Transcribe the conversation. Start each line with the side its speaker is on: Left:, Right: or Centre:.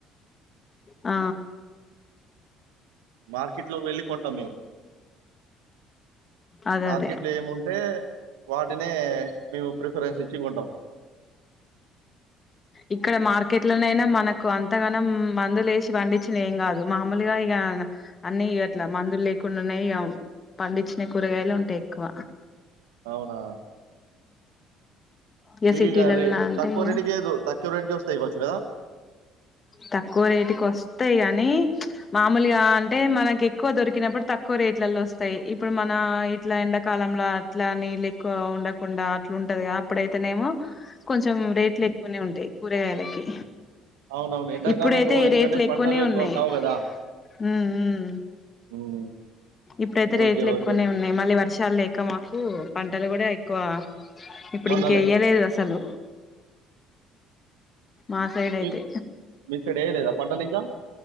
Left: ఆ
Right: మార్కెట్ లో వెళ్ళి కొంటాం మేము.
Left: అదదే.
Right: మార్కెట్ లో ఏముంటే వాటినే మేము ప్రిఫరెన్స్ ఇచ్చి కొంటం.
Left: ఇక్కడ మార్కెట్ లోనైనా మనకు అంతగనం మందులు లేేసి పండించినయ్ ఏం కాదు, మామూలుగా ఇగ న అన్నీ ఇగ అట్ల మందులు లేకుండా ఉన్నయి. పండించినయ్ కూరగాయలే ఉంటయి ఎక్కువ.
Right: అవునా!
Left: ఇగ
Right: మీకింకా
Left: సిటలల్లో
Right: రే
Left: నాంటె
Right: తక్కువ
Left: ఇగ
Right: రేటుకే దొ తక్కువ రేటుకే వస్తాయి కావచ్చు కదా?
Left: తక్కువ రేట్ ఒస్తయి గని మామూలుగా అంటే మనకి ఎక్కువ దొరికినప్పుడు, తక్కువ రేట్లలో వస్తయి. ఇప్పుడు మన ఇట్ల ఎండకాలంల అట్లా నీళ్ళు ఎక్కువ ఉండకుండా అట్ల ఉంటదిగా, అప్పుడయితేనేమో కొంచెం రేట్లు ఎక్ కొన్నే ఉంటయి కూరగాయలకె
Right: అవునవును. ఎండాకాలంలో
Left: ఇప్పుడైతే
Right: ఎందుకంటే
Left: రేట్లు ఎక్కువనే
Right: పంటలు ఎక్కువ
Left: ఉన్నయి.
Right: కావు గదా!
Left: హ్మ్ ఉమ్
Right: హ్మ్.
Left: ఇప్పుడైతే రేట్లు
Right: ఓకే.
Left: ఎక్కువనే
Right: ఓకే.
Left: ఉన్నయి, మళ్ళీ వర్షాలు లేక మాక్ క్కు పంటలు గుడ ఎక్కువ, ఇప్పుడు
Right: పంటలే.
Left: ఇంకేయ్యలేదు అసలు. మా సైడ్ అయితే
Right: మీ మీ సైడెయలేదా పంటలింకా?